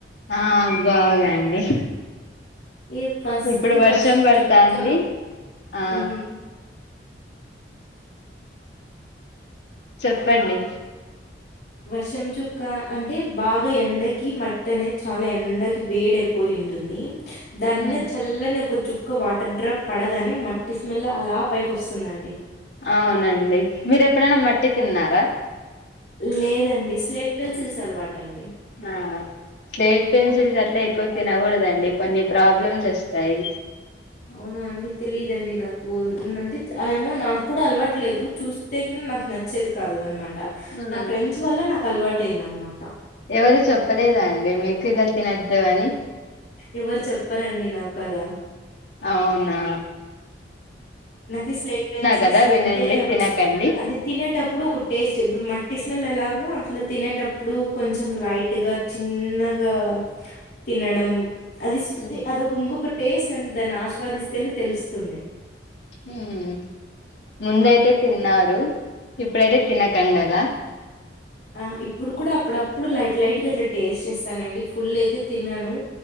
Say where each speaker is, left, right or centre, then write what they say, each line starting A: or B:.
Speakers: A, on the left; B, on the left.
A: ఆ బాగా అండి
B: ఏ ఫస్ట్
A: ఇప్పుడు
B: వర్షం
A: పడతాంది
B: చుక్క
A: ఆ
B: మ్
A: చెప్పండి
B: వర్షం చుక్క అంటే బాగా ఎండకి మట్టి అనేది చాలా ఎండకి వేడైపోయింటుంది దాని
A: ఉమ్
B: మీద చల్లని ఒక చుక్ ఒక వాటర్ డ్రాప్ పడగానే మట్టి స్మెల్ అలా పైకి వస్తుందండి
A: అవునండి మీరు ఎప్పుడైనా మట్టి తిన్నారా
B: లేదండి స్లేట్ పెన్సిల్స్ అలవాటు అండి
A: అ స్లేట్ పెన్సిల్స్ అట్లా ఎక్కువ తినకూడదండి కొన్ని ప్రాబ్లమ్స్ వస్తాయి
B: అవునా అండి తెలిదండి నాకు అంటే ఏమో నాకు కూడా అలవాటు లేదు చూస్తే గిన నాకు నచ్చేది కాదు అన్నమా ట
A: ఉమ్
B: నా ఫ్రెండ్స్ వల్ల నాకు అలవా ట్టైంది అన్నమాట
A: ఎవరు చెప్పలేదా అండి మీకు ఇలా తినొద్దు అని
B: ఎవరు చెప్పరు అండి నాకు అలా
A: అవున
B: నాకు ఈ స్లైట్ పెన్సిల్స్
A: కదా వినండి
B: అంటే
A: తినకండి
B: అది తినేటప్పుడు ఒక టేస్ట్ ఇప్పుడు మట్టి స్మె మెళ్ళీ ఎలాగను అట్లా తినేటప్పుడు కొంచెం లైట్గా చిన్నగా తినడం అది ఇష్టే
A: ఉమ్
B: అదొక ఇంకోక టేస్ట్ అనేది దాన్ని ఆస్వాదిస్తేనే తెలుస్తుంది
A: హ్మ్ ముందయితే తిన్నారు, ఇప్పుడైతే తినకండి అలా.
B: ఆ ఇప్పుడు కూడా అప్పుడప్పుడు లైట్ లైట్ గా అట్లా టేస్ట్ చేస్తానండి ఫుల్ అయితే తినను.